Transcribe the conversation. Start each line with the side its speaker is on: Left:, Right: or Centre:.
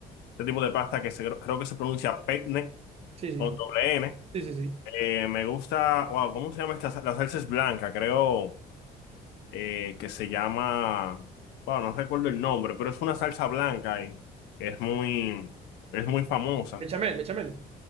Left: este tipo de pasta que se, creo que se pronuncia penne,
Right: Sí, sí,
Left: con doble N.
Right: sí, sí, sí.
Left: Eh, me gusta, wow, ¿cómo se llama esta? sa- La salsa es blanca, creo eh, que se llama, wow, no recuerdo el nombre, pero es una salsa blanca y es muy, es muy famosa.
Right: Bechamel, bechamel.